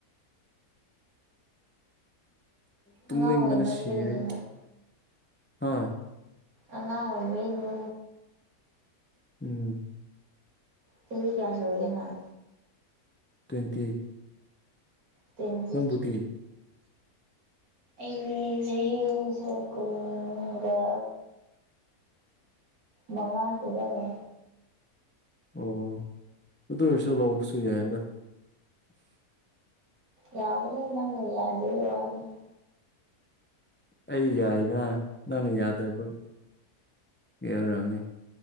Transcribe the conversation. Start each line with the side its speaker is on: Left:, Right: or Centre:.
Left: ꯇꯨꯝꯅꯤꯡꯕꯅ
Right: ꯑꯉꯥꯡ ꯑꯣꯏꯃꯟꯕꯩꯅꯦ
Left: ꯁꯤꯔꯦ
Right: ꯅꯪ
Left: ꯍꯥ
Right: ꯑꯉꯥꯡ ꯑꯣꯏꯕꯩꯅꯦ
Left: ꯎꯝ
Right: ꯆꯍꯤ ꯀꯌꯥ ꯁꯨꯔꯒꯦ ꯅꯪ
Left: ꯇ꯭ꯋꯦꯟꯇꯤ
Right: ꯇ꯭ꯋꯦꯟꯇꯤ
Left: ꯅꯪꯕꯨꯗꯤ
Right: ꯑꯩ ꯆꯍꯤꯁꯦ ꯀꯨꯟꯒ ꯃꯉꯥ ꯁꯨꯗꯧꯔꯦ
Left: ꯑꯣ ꯑꯗꯨ ꯑꯣꯏꯔꯁꯨ ꯂꯧꯕꯁꯨ ꯌꯥꯏꯌꯦꯟꯗ
Right: ꯌꯥꯕꯅꯤ ꯅꯪꯅ ꯌꯥꯗꯕꯩ ꯋꯥꯅꯤ
Left: ꯑꯩ ꯌꯥꯏꯗꯥ ꯅꯪꯅ ꯌꯥꯗꯕ ꯌꯥꯔꯝꯅꯤ